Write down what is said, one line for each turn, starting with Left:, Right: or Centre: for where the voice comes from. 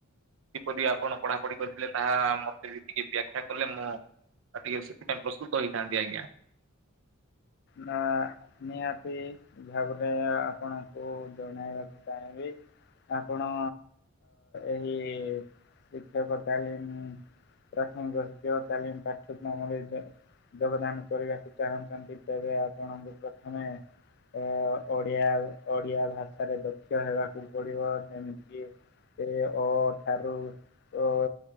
Right: କିପରି ଆପଣ ପଢାପଢି କରିଥିଲେ ତାହା ମତେ ବି ଟିକେ ବ୍ୟାଖ୍ୟା କଲେ ମୁଁ ଆଉ ଟିକେ ସେଥିପାଇଁ ପ୍ରସ୍ତୁତ ହେଇଥାନ୍ତି ଆଜ୍ଞା
Left: ନା ନିହାତି ଭାବରେ ଆପଣଙ୍କୁ ଜଣେଇବାକୁ ଚାହିଁବି। ଆପଣ ଏହି ଶିକ୍ଷକ ତାଲିମ ପ୍ରାଥମିକ ଶିକ୍ଷକ ତାଲିମ ପାଠ୍ୟକ୍ରମରେ ଯୋ-ଯୋଗଦାନ କରିବାକୁ ଚାହୁଁଛନ୍ତି। ତେବେ ଆପଣଙ୍କୁ ପ୍ରଥମେ ଅ ଓଡିଆ ଓଡିଆ ଭାଷାରେ ଦକ୍ଷ ହେବାକୁ ପଡିବ, ଯେମିତି କିି ତ ଅ ଠାରୁ ଓ